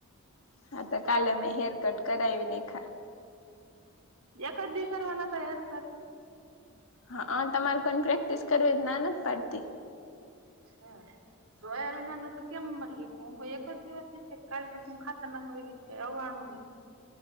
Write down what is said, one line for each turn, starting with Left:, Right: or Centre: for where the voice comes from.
Left: હા તો કાલે મેં હેર કટ કરાવી નાઇખા.
Right: એક જ દી કરવાના હતા હેરકટ.
Left: હા હ તમારે કોને પ્રેક્ટિસ કરવી ના નથ પાડતી.
Right: અચ્છા. સોયાબિનાનો તો કેમ મરી ક એક જ દિવસ હ છે કાલ પાસ ખાતા ના ખવા ગી આવવાણું નહી.